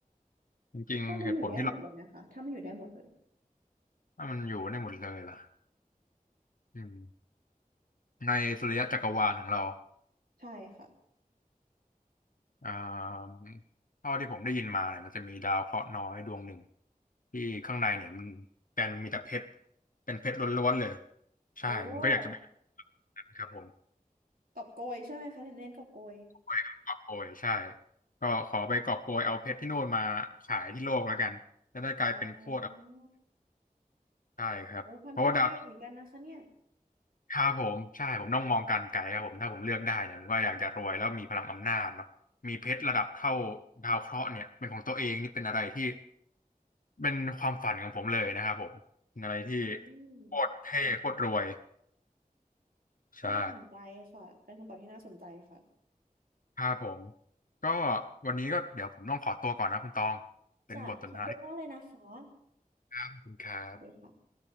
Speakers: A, on the left; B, on the right.
A: จริงๆเหตุผลที่เรา
B: ถ้ามันอยู่ได้หมดเลยนะคะถ้ามันอยู่ได้หมดเลย
A: ถ้ามันอยู่ได้หมดเลยล่ะอืม ในสุริยะจักรวาลของเรา
B: ใช่ค่ะ
A: อ่าเท่าที่ผมได้ยินมาเนี่ยมันจะมีดาวเคราะห์น้อยดวงหนึ่งที่ข้างในเนี่ยมันเป็นมีแต่เพชรเป็นเพชรล้วนๆเลย ใช่ผมก็อยากจะไป
B: โอ้
A: ครับผม
B: กอบโกยใช่ไหมคะเน้นกอบโกย
A: ไปกอบโกยใช่ก็ขอไปกอบโกยเอาเพชรที่โน่นมาขายที่โลกแล้วกันจะได้กลายเป็นโคตรอภิ
B: อ๋อ
A: ใช่ครับเพราะว่าดาว
B: โอ้ความคิดใกล้เหมือนกันนะคะเนี่ย
A: ครับผมใช่ผมต้องมองการไกลครับผมถ้าผมเลือกได้เนี่ยผมก็อยากจะรวยแล้วมีพลังอำนาจเนาะมีเพชรระดับเท่าดาวเคราะห์เนี่ยเป็นของตัวเองนี่เป็นอะไรที่เป็นความฝันของผมเลยนะครับผมเป็นอะไรที่
B: อืม
A: โคตรเท่โคตรรวยใช่
B: น่าสนใจค่ะเป็นคำตอบที่น่าสนใจค่ะ
A: ครับผมก็วันนี้ก็เดี๋ยวผมต้องขอตัวก่อนนะคุณตองเป็นบทสนทนาที่
B: จ้ะขอบคุณมากเลยนะคะ
A: ขอบคุณครับ
B: สวัสดีค่ะ